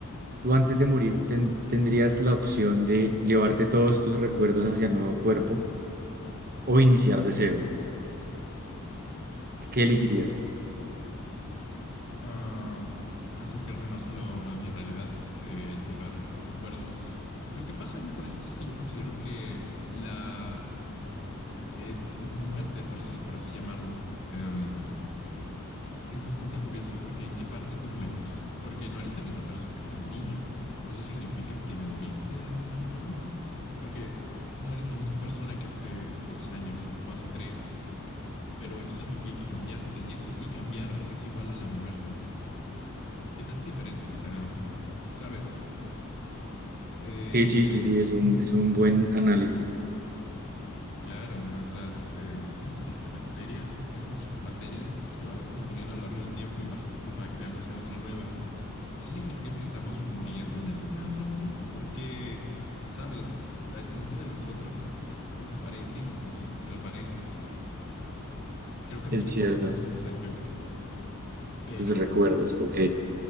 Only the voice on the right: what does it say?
Tú antes de morir ten- tendrías la opción de llevarte todos tus recuerdos hacia el nuevo cuerpo o iniciar de cero. ¿Qué elegirías?
Sí, sí, sí, sí, es un, es un buen
análisis.
Es
cierto,
los recuerdos, ok.